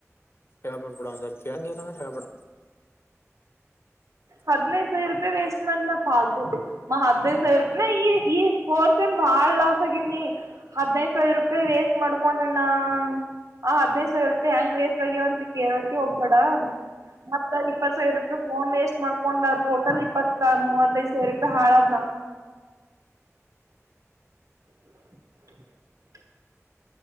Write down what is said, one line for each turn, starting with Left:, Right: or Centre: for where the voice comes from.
Left: ಸಪಡ ಸರ್ ಕಳಗೆಲ್ಲ ಸೇಪಡ
Right: ಹದ್ೈದು ಸಾವಿರ ರೂಪಾಯಿ ವೇಸ್ಟ್ ಮಾಡ್ ನ ಫಾಲ್ತು ಮ ಹದ್ಿನೈದು ಸಾವಿರ ರೂಪಾಯಿ ನಾ ಈ ಫೋರ್ ಬಾಳ್ ಲಾಸ್ ಆಗಿನಿ ಹದ್ನೈದು ಸಾವಿರ ರೂಪಾಯಿ ವೇಸ್ಟ್ ಮಾಡ್ಕೊಂಡಣ್ಣ ಆ ಅದ್ೇ ಸಾವ ರೂಪಾಯಿ ಹೆಂಗ್ ವೇಷವಾಗಿಾಗವಂತ ಕೇಳಕೆ ಒಬ್ಬೇಡ ಮತ್ತ ಇಪ್ಪತ್ ಸಾವಿರ ರೂಪಾಯಿ ಫೋನ್ ವೇಷ್ಟು ಮಾಡ್ಕೊಂಡ ಟೋಟಲ್ ಇಪ್ಪತ್ತ ಮೂವತ್ತೈದ್ ಸಾವಿರ ರೂಪಾಯಿ ಹಾಳದ್ನ <unintelligible>